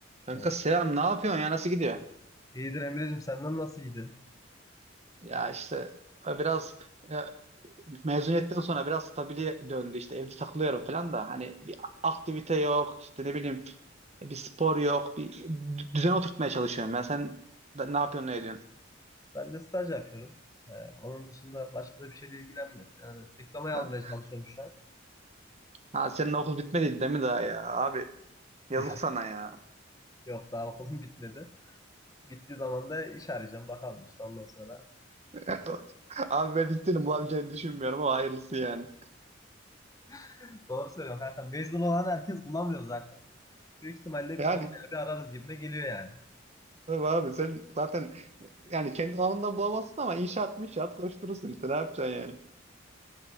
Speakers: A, on the right (about 35°); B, on the left (about 20°).
A: Kanka
B: Tamam.
A: selam ne yapıyorsun ya nasıl gidiyor?
B: İyidir Emre'cim senden nasıl iyidir?
A: Ya işte e, biraz e, mezuniyetten sonra biraz stabile döndü işte evde takılıyorum falan da hani bir aktivite yok işte ne bileyim bir spor yok bir dü- düzen oturtmaya çalışıyorum ya sen da, ne yapıyorsun ne ediyorsun?
B: Ben de staj yapıyorum. Ee, onun dışında başka da bir şeyle ilgilenmiyorum. Yani diplomayı
A: Ha?
B: almaya çalışıyorum şu an.
A: Ha, senin okul bitmedi değil mi daha ya abi yazık
B: <laughs>
A: sana ya.
B: Yok daha okulum bitmedi. Bittiği zaman da iş arayacağım bakalım işte ondan sonra.
A: <laughs> Abi ben hiç bulabileceğini düşünmüyorum ama hayırlısı yani.
B: <laughs> Doğru söylüyorum kanka mezun olan herkes bulamıyor zaten. Büyük ihtimalle
A: Yani
B: biz de bayağı bir ararız gibime geliyor yani.
A: tabii abi sen zaten yani kendi alanından bulamazsın ama inşaat inşaat koşturursun işte ne yapacaksın yani.